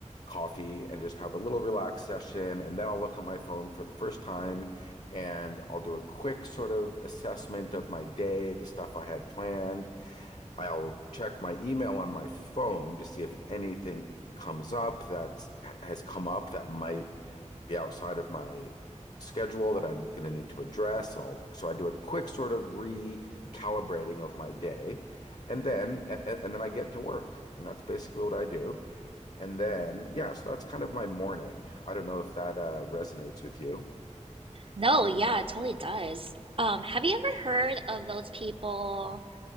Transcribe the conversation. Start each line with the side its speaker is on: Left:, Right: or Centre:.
Left: coffee and just have a little relaxed session. And then I'll look at my phone for the first time and I'll do a quick sort of assessment of my day, the stuff I had planned. I'll check my email on my phone to see if anything comes up that has come up that might be outside of my schedule that I'm going to need to address. And I'll, so I do a quick sort of recalibrating of my day. And
Right: <laughs>
Left: then, and, and then I get to work. And that's basically what I do. And then, yeah, so that's kind of my morning. I don't know if that uh, resonates with you.
Right: No, yeah, it totally does. Um, have you ever heard of those people?